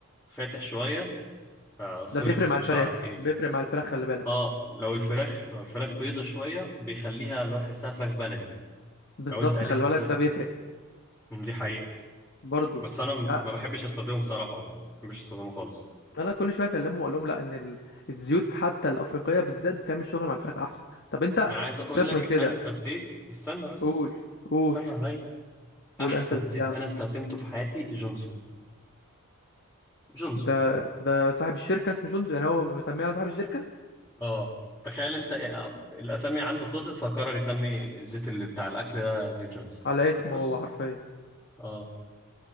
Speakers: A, in the centre; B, on the left.
A: فاتح شويه آه سوري
B: ده بيفرق
A: س-
B: مع الفراخ
A: شعرك ايه
B: بيفرق مع الفراخ خلي بالك
A: اه لو الفراخ لو الفراخ بيضه شويه بيخليها لو تحسها فراخ بلدي
B: بالظبط
A: لو انت قليتها
B: خلي بالك
A: فيها
B: ده بيفرق
A: أم، دي حقيقه
B: برضو
A: بس انا م-
B: اه،
A: ما بحبش استخدمه بصراحه ما بحبش استخدمه خالص
B: انا كل شويه اكلمهم واقول لهم لا ان ال- الزيوت حتى الافريقيه بالذات بتعمل شغل مع الفراخ احسن طب انت
A: انا عايز اقولك
B: سيبك من كده
A: انسب زيت استنى بس
B: قول قول
A: استنى عليا
B: قول
A: احسن
B: انسب زيت
A: زيت
B: يا عم
A: انا استخدمته في حياتي جونسون جونسون
B: ده ده صاحب الشركه اسمه شونزو يعني هو مسميه على صاحب الشركه
A: اه تخيل انت آه، الاسامي عنده خلصت فقرر يسمي الزيت اللي بتاع الاكل ده زيت جونز
B: على اسمه
A: بس
B: هو حرفيا
A: اه